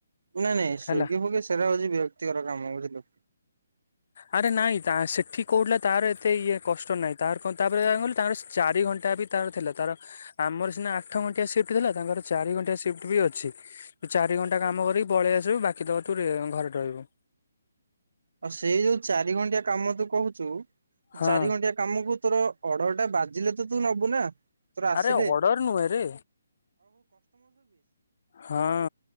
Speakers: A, on the right (about 70°); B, on the left (about 55°).
A: ନାଇଁ ନାଇଁ ସ୍ଵିଗୀ
B: ହେଲା
A: ଫୋଗେ ସେଗୁରା ହଉଛି ବିରକ୍ତିକର କାମ ବୁଝିଲୁ।
B: ଆରେ ନାଇଁ ତା ସେଠି କହୁଥିଲା ତାର ଏତେ ଇଏ କଷ୍ଟ ନାହିଁ ତାର କ ତାପରେ କ କହିଲ ତାଙ୍କର ଚାରି ଘଣ୍ଟା ବି ତାର ଥିଲା। ଆମର ସିନା ଆଠ ଘଣ୍ଟିଆ ସିଫ୍ଟ ଥିଲା ତାଙ୍କର ଚାରି ଘଣ୍ଟିଆ ସିଫ୍ଟ ବି ଅଛି ଚାରି ଘଣ୍ଟା କରିକି ପଳେଇ ଆସିବୁ ବାକି ତକ ତୁ ଘରେ ରହିବୁ।
A: ଆଉ ସେଇ ଯୋଉ ଚାରି ଘଣ୍ଟିଆ କାମ ତୁ କହୁଛୁ
B: ହଁ।
A: ଚାରି ଘଣ୍ଟିଆ କାମକୁ <unintelligible> ତୋର ଆସିଲେ
B: ଆରେ ଅର୍ଡର ନୁହେଁରେ। ହଁ।